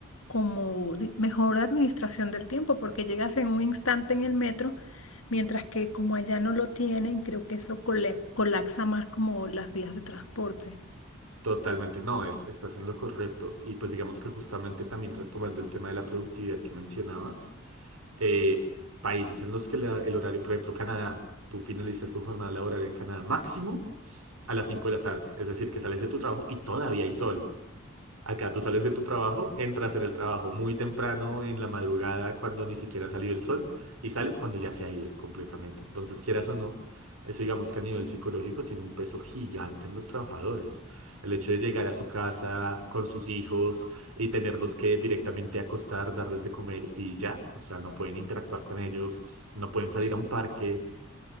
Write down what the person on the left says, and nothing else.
como di- mejor administración del tiempo, porque llegas en un instante en el metro, mientras que como allá no lo tienen, creo que eso cole- colapsa más como las vías de transporte.